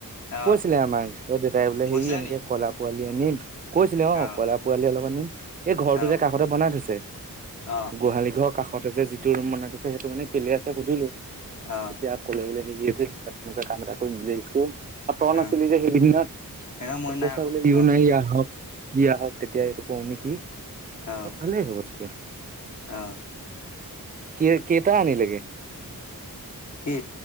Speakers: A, on the left; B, on the right.
A: আহ
B: কৈছিলে আমাক অ দেউতাই বোলে
A: গৈছিলা
B: হেৰি এনেকে
A: নি
B: কইলা পোৱালি আনিম কৈছিলে অ
A: আহ
B: কইলা পোৱালি অলপমান নিম এই ঘৰটো
A: আহ
B: যে কাষতে বনাই থৈছে
A: আহ
B: গোহালি ঘৰ কাষতে যে যিটো ৰুম বনাই থৈছে সেইটো মানে কেলে আছে সুধিলো।
A: আহ
B: এতিয়া ক'লে বোলে হেৰি তেনেকোৱা কাম এটা কৰিম বুলি ভাবিছোঁ আৰু তই নাছিলি
A: আহ
B: যে সেইগিনত
A: সেইদিনা মই নাই
B: কৈছে
A: আকৌ
B: বোলে সিও
A: অ
B: নাহিলে আহক সি আহক তেতিয়া এইটো কওঁ নেকি
A: আহ
B: ভালেই হ'ব তেতিয়া।
A: আহ
B: কে কেইটা আনিলেগে?
A: কি,